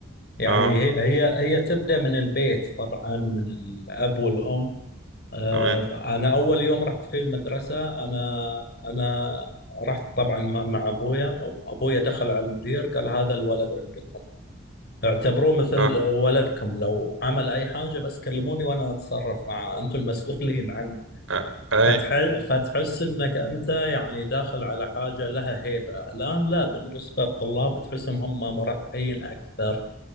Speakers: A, on the left (about 50°); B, on the right (about 75°).
A: يعني
B: اه
A: هي هي هي تبدأ من البيت طبعا من الاب والام آه،
B: تمام
A: انا اول يوم رحت في المدرسة انا انا رحت طبعا مع مع ابويا ابويا دخل على المدير قال هذا الولد عندكم اعتبروه مثل
B: اه,
A: ولدكم لو عمل اي حاجة بس كلموني وانا اتصرف معاه انتم المسؤولين عنه
B: آه. اي
A: فتح فتحس انك انت يعني داخل على حاجه لها هيبه الان لا بالنسبه للطلاب تحسهم هم مرفهين اكثر